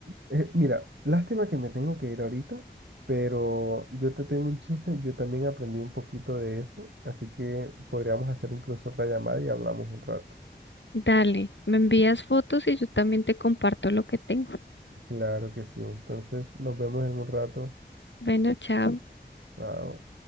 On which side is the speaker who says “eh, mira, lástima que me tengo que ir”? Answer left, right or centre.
Right